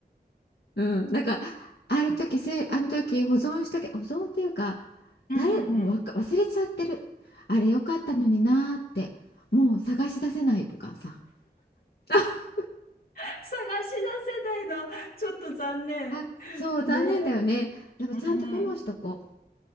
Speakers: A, on the left (about 75°); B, on the left (about 60°).
A: うん、なんかあの時せあの時保存しとけ保存っていうか
B: うんうんうん。
A: 誰もうわか忘れちゃってるあれよかったのになーってもう探し出せないとかさ
B: うん。
A: <laughs>
B: 探し出せないの、ちょっと残念。
A: あそう残念だよねやっぱちゃんとメモしとこう
B: ねえ。うんうん。